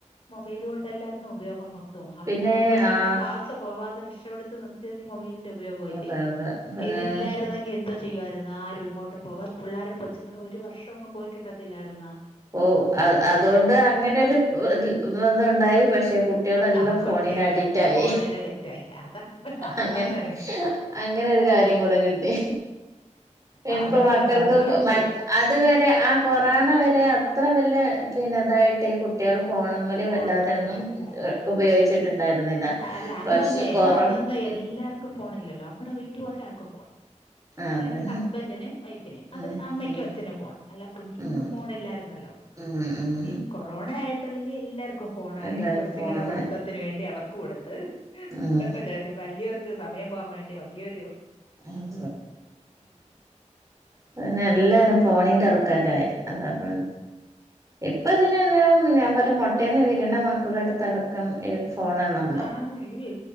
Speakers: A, on the left (about 45°); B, on the right (about 25°).
A: മൊബൈൽ കൊണ്ടല്ലാർന്നോ ഉപയോഗം മൊത്തം അവരുടെ
B: പിന്നെ
A: ഒരു വർഷത്തെ
B: ആ
A: ക്ലാസ് പോവാതെ രക്ഷപ്പെടുത്ത് നിർത്തിയത് ഈ മൊബൈൽ ഉപയോഗവല്ലെ
B: അതെ അതെ പിന്നെ
A: ഇതില്ലായിരുന്നെങ്കിൽ എന്തോ ചെ ചെയ്യുവാർന്നോ ആരും എങ്ങോട്ടും പോവ പിള്ളാരുടെ കൊച്ചുങ്ങടെ ഒരു വർഷം അങ്ങ് പോയി കിട്ടത്തില്ലാർന്നോ
B: ഓ അത് അതോണ്ട് അങ്ങനൊരു ഇതുണ്ടായി പക്ഷെ കുട്ടികളെല്ലാം
A: ആ കുട്ടികളെല്ലാം
B: ഫോണിന് അഡിറ്റ് ആയി
A: ഫോണിന് അഡിക്റ്റ് ആയി അതാണ്
B: അങ്ങനെ
A: അതാണ്
B: അങ്ങനെ ഒരു കാര്യം കൂടെക്കിട്ടി എൾപ്പം
A: അത
B: മക്കൾക്ക്
A: അതുണ്ട്
B: അതുവരെ ആഹ് കൊറോണ വരെ അത്രവെല്ലെ പിന്നെതായിട്ട് ഈ കുട്ടികൾ ഫോണമ്മ്ല്
A: ഫോൺ
B: വല്ലാതെയൊന്നും
A: ഉപയോഗിക്കത്തില്ലായിരുന്നു
B: എ ഉപയോഗിച്ചിട്ടുണ്ടായിരുന്നില്ല.
A: ആ അല്ല അന്നൊന്നേ
B: പക്ഷെ കൊറ
A: അന്നൊന്നേ എല്ലാർക്കും
B: ഉം
A: ഫോണില്ലല്ലോ മ്മടെ വീട്ടിൽ ഒരാൾക്ക് ഫോൺ
B: അതെ
A: അല്ലെങ്കിൽ ഹസ്ബന്റിന് വൈഫിന് അവര്
B: ഉം
A: അമ്മയ്ക്കും
B: ഉം
A: അച്ഛനും ഫോൺ അല്ല കുഞ്ഞുങ്ങൾക്ക്
B: ഉം
A: ഫോണില്ലായിരുന്നല്ലോ
B: ഉം ഉം
A: ഈ കൊറോണ ആയപ്പോഴല്ലെ എല്ലാർക്കും ക്കും ഫോണായത്
B: എല്ലാരും
A: കൊച്ച്ങ്ങടെ
B: ഫോണ്
A: പഠിത്തത്തിന് വേണ്ടി അവർക്ക് കൊടുത്ത്
B: ഉം
A: പക്ഷെ വലിയവർക്ക് സമയം പോകാൻ വേണ്ടി വലിയൊരു
B: എം പിന്നെ എല്ലാരും ഫോണിന്റെ ആൾക്കാരായി അതാപ്പം ഇപ്പ ഇതിനെല്ലാം ഞാൻ പറ മുട്ടേന്ന് വിരണ മക്കളുടെ അടുത്ത്ടക്കം ഇ ഫോൺണ്ണോ
A: ആഹ്